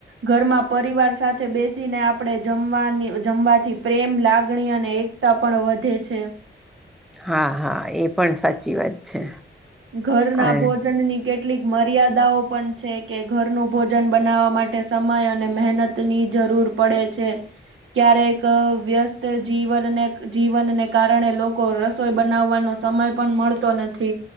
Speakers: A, on the right (about 85°); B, in the centre.
A: ઘરમાં. પરિવાર સાથે બેસીને આપણે જમવાની જમવાથી પ્રેમ લાગણી અને એકતા પણ. વધે છે.
B: હા હા એ પણ સાચી વાત છે.
A: ઘર ના
B: અને
A: ભોજન ની કેટલી. મર્યાદાઓ પણ છે કે ઘરનું ભોજન બનાવવા માટે સમય અને મહેનતની જરૂર. ર પડે છે. ક્યારેક વ્યસ્ત જીવનને જીવનને કારણે લોકો રસોઈ બનાવવાનો. સમય પણ મળતો નથી.